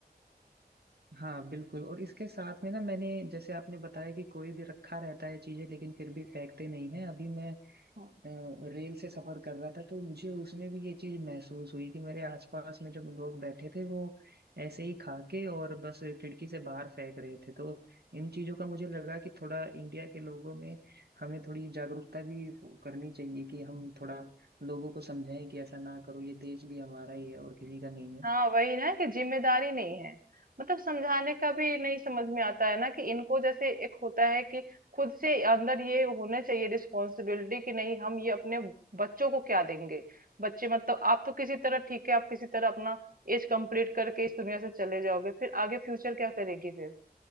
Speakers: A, on the right; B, on the right.
A: हाँ बिल्कुल और इसके साथ में ना मैंने जैसे आपने बताया कि कोई भी रखा रहता है चीजें लेकिन फिर भी फेंकते नहीं है अभी मैं
B: हम्म।
A: अ, रेल से सफर कर रहा था तो मुझे उसमें भी ये चीज महसूस हुई कि मेरे आसपास में जब लोग बैठे थे वो ऐसे ही खा के और बस खिड़की से बाहर फेंक रहे थे तो इन चीजों का मुझे लगा कि थोड़ा इंडिया के लोगों में हमें थोड़ी जागरूकता भी करनी चाहिए कि हम थोड़ा लोगों को समझाएं कि ऐसा ना करो ये देश भी हमारा ही है और किसी का नहीं है
B: हाँ वही ना कि जिम्मेदारी नहीं है मतलब समझाने का भी नहीं समझ में आता है ना कि इनको जैसे एक होता है कि खुद से अंदर ये होने चाहिए रिस्पॉन्सिबिलिटी कि नहीं हम ये अपने बच्चों को क्या देंगे बच्चे मतलब आप तो किसी तरह ठीक है आप किसी तरह अपना एज कंप्लीट करके इस दुनिया से चले जाओगे फिर आगे फ्यूचर क्या करेगी फिर